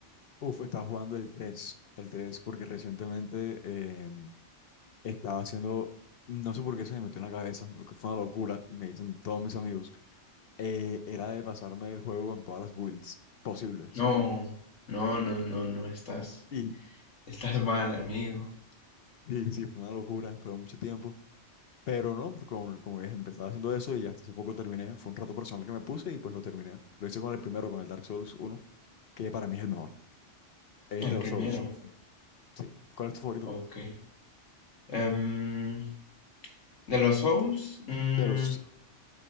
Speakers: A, on the left; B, on the left.
A: Uf, estaba jugando el tres, el tres, porque recientemente em, estaba haciendo, no sé por qué se me metió en la cabeza, lo que fue una locura, me dicen todos mis amigos, eh, era de pasarme el juego con todas las builds posibles.
B: No, no, no, no, no, estás,
A: Y,
B: estás mal, amigo.
A: Y sí, fue una locura, fue mucho tiempo. Pero no, como, como ves, empezaba haciendo eso y hasta hace poco terminé. Fue un rato personal que me puse y pues lo terminé. Lo hice con el primero, con el Dark Souls uno, que para mí es el mejor. Es
B: El
A: de los
B: primero.
A: Souls. Sí. ¿Cuál es tu favorito?
B: Ok. Em, de los Souls, mm,
A: De los.